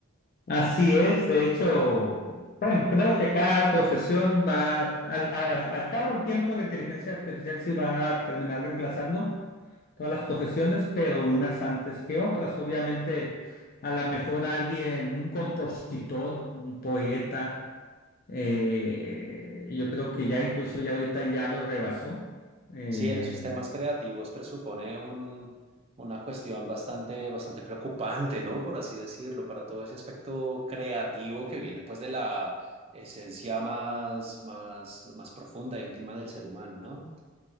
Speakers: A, on the left (about 45°); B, on the right (about 30°).
A: Así es, de hecho, bueno, creo que cada profesión va, al, al- al cabo del tiempo, la inteligencia artificial sí va a terminar reemplazando todas las profesiones, pero unas antes que otras. Obviamente, a lo mejor alguien, un compositor, un poeta. Eh, yo creo que ya incluso ya ahorita ya lo rebasó. Eh,
B: Sí, en esos temas creativos presupone un, una cuestión bastante, bastante preocupante, ¿no? Por así decirlo, para todo ese aspecto creativo que viene pues de la esencia más, más, más profunda e íntima del ser humano, ¿no?